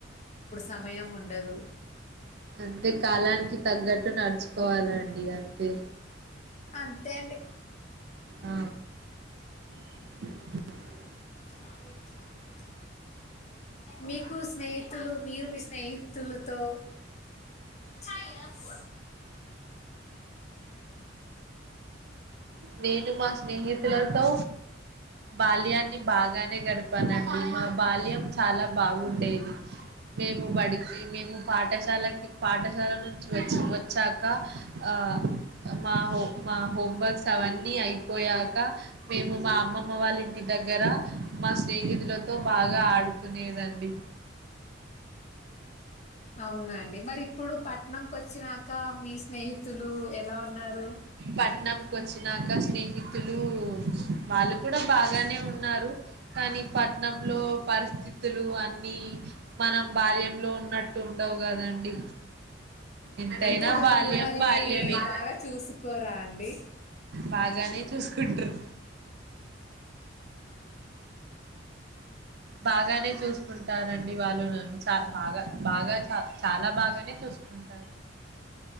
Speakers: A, on the left; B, on the right.
A: సమయం ఉండదు
B: అంతే కాలానికి తగ్గట్టు నడుచుకోవాలండి అంతే
A: అంతేండి
B: ఆ <inaudible>
A: <inaudible> మీకు స్నేహితులు మీరు మీ స్నేహితులతో చాయ్కు
B: నేను మా స్నేహితులతో బాల్యాన్ని బాగానే గడిపానండి మా బాల్యం చాలా బాగుండేది మేము బడికి మేము పాఠశాలకి పాఠశాల నుంచి వచ్చి వచ్చాక ఆ మా హో మా హోమ్వర్క్ అవన్నీ అయిపోయాక మేము మా అమ్మ అమ్మ వాళ్ళ ఇంటి దగ్గర మా స్నేహితులతో బాగా ఆడుకునేదండి
A: అవునా అండి. మరి ఇప్పుడు పట్నంకొచ్చినాక మీ స్నేహితులు ఎలా ఉన్నారు?
B: పట్నం కి వచినాక స్నేహి లు వాళ్ళు కూడా బాగానే
A: ఉన్నాయి.
B: ఉన్నారు కానీ పట్నంలో పరిస్థితులు అన్ని మనం బాల్యంలో ఉన్నట్టు ఉండవుగాదా అండి ఎంతైనా
A: అంటే ఇప్పుడు వాళ్ళు
B: బాల్యం
A: వాళ్ళకి
B: బాల్యంమే
A: మిమ్మల్ని వాళ్ళు బాగా చూసుకోరా అండి?
B: బానే చూసుకుటరు బాన్ గానే చూసుకుంటారంండి వాళ్ళు నన్ను చాల్ బాగా బాగా చ చాలా బాగానే చూసుకుంటారు